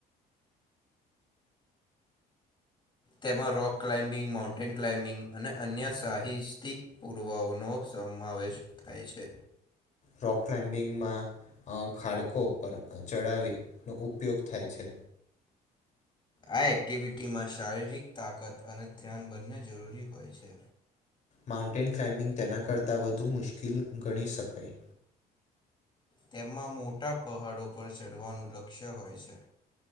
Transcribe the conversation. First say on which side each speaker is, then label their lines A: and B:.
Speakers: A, on the left; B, on the left.
A: તેમાં રોક ક્લાઇમ્બિંગ, માઉન્ટેન ક્લાઇમ્બિંગ અને અન્ય સાહિત્યિક પુર્વાઓનો કમ આવેેશ થાય છે.
B: રોક ક્લામ્બિંગમાં અ ખાડકો પર ચડાવીનો ઉપયોગ થાય છે
A: આ એક્ટિવિટીમાં શારીરિક તાકાત અને ધ્યાન બંને જરૂરી હોય છે.
B: માઉન્ટેન ક્લાઇમ્બિંગ તેના કરતાં વધુ મુશ્કીલ ગણી શકાય.
A: તેમાં મોટા પહાડો પર ચઢવાનું લક્ષ્ય હોય છે.